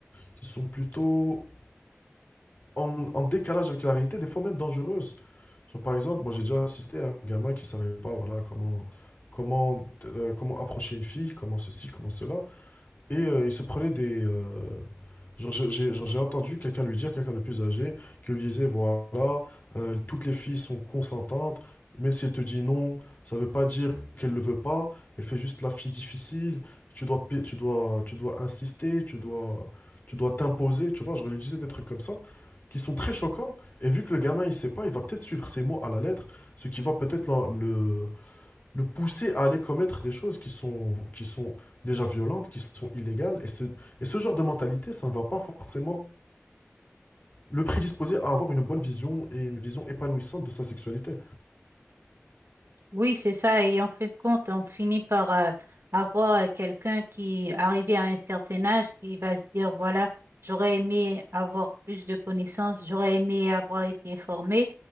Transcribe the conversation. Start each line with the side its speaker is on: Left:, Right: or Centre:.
Left: qui sont plutôt en, en décalage avec la réalité, des fois même dangereuses. Genre, par exemple, moi j'ai déjà assisté à un gamin qui ne savait pas voilà, comment, comment, euh, comment approcher une fille, comment ceci, comment cela. Et euh, il se prenait des. euh, genre, j'ai j'ai- genre, j'ai entendu quelqu'un lui dire, quelqu'un de plus âgé, qui lui disait, voilà, euh, toutes les filles sont consentantes, même si elle te dit non, ça veut pas dire qu'elle le veut pas, elle fait juste la fille difficile, tu dois, pa- tu dois, tu dois insister, tu dois, tu dois t'imposer, tu vois, genre, il lui disait des trucs comme ça, qui sont très choquants, et vu que le gamin, il sait pas, il va peut-être suivre ses mots à la lettre, ce qui va peut-être l'en- le, le pousser à aller commettre des choses qui sont, qui sont déjà violentes, qui sont illégales. Et ce, et ce genre de mentalité, ça ne va pas forcément le prédisposer à avoir une bonne vision et une vision épanouissante de sa sexualité.
Right: Oui, c'est ça. Et en fin de compte, on finit par euh, avoir euh, quelqu'un qui, arrivé à un certain âge, qui va se dire, voilà, j'aurais aimé avoir plus de connaissances, j'aurais aimé avoir été informé